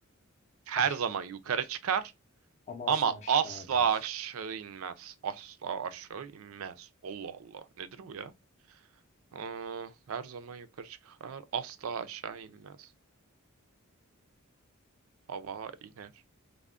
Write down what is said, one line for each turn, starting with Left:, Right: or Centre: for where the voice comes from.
Right: Her
Left: Aşağı.
Right: zaman yukarı çıkar.
Left: Ama
Right: Ama
Left: asla aşağı
Right: asla
Left: inmez.
Right: aşağı inmez. Asla aşağı inmez. Allah Allah. Nedir bu ya? Ee, her zaman yukarı çıkar. Asla aşağı inmez. Hava iner.